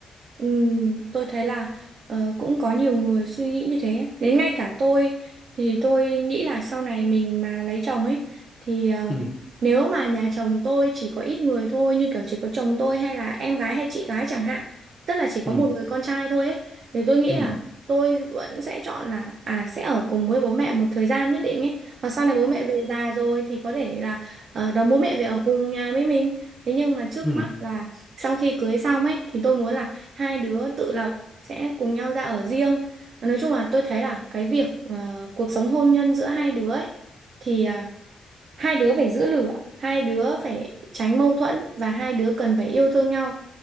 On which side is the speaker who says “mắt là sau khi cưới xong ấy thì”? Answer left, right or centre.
Right